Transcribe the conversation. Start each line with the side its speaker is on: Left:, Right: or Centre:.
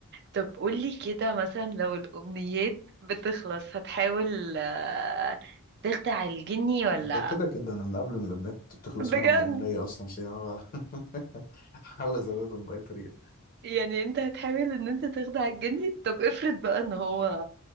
Right: طب قولي كده مثلا لو الامنيات بتخلص هتحاول آه، تخدع الجني ولا
Left: ده كده كده انا من قبل ما الامنيات تخلص
Right: بجد
Left: منهم امنيه اصلا تلاقيني أنا بحاول <laughs> ازودهم باي طريقه
Right: يعني انت هتحاول ان انت تخدع الجني طب افرض بقى ان هو